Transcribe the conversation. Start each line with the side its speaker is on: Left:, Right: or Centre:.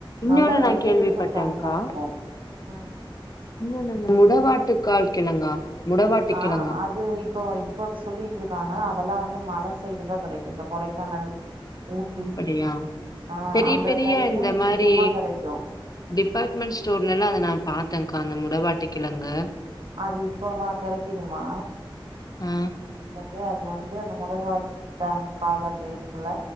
Left: இன்னொன்னு
Right: நல்ல வழுவழுப்பு
Left: நான் கேள்விப்பட்டேன்க்கா.
Right: தன்ம இருக்கு ம்
Left: இன்னொன்னு என்ன முடவாட்டுக்கால் கிழங்கா முடவாட்டு
Right: ஆ
Left: கிழங்கா?
Right: அது இப்போ இப்போ சொல்லிட்ருக்காங்க அ தெல்லா வந்து மல சைடுதா கெடைக்கு இந்த கொடைக்கானல் ஊட்டி
Left: அப்பிடியா
Right: ஆ
Left: பெரிய
Right: அந்த
Left: பெரிய
Right: சைட்லா
Left: இந்த
Right: அதிகமா
Left: மாரி
Right: கெடைக்கு
Left: டிபார்ட்மெண்ட் ஸ்டோர்லல்லா அத நா பாத்தேங்க்கா அந்த மு டவாட்டுக் கிழங்க
Right: அது இப்பவா கெடைக்குதுமா
Left: ஆ,
Right: து அது வந்து அந்த முடவாட்டுத்தான் கால அந்த இருக்குல்ல